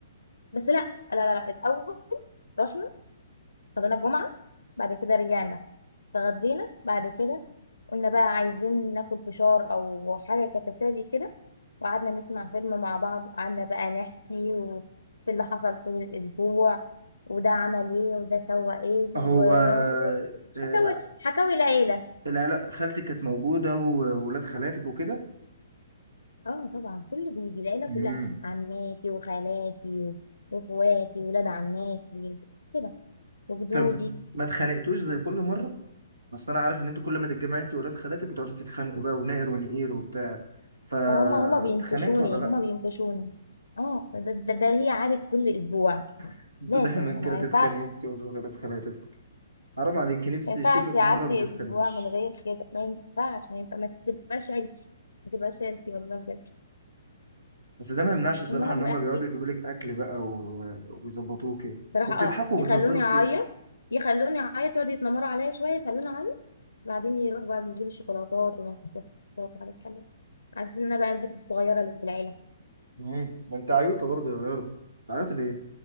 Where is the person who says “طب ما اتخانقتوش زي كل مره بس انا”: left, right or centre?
Right